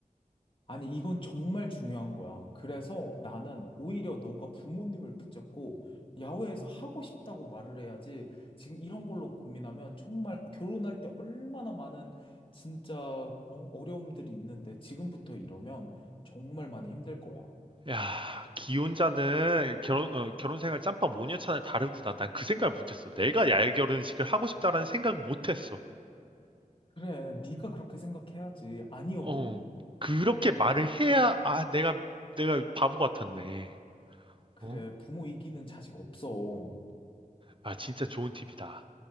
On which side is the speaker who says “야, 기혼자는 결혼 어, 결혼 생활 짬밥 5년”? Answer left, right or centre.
Right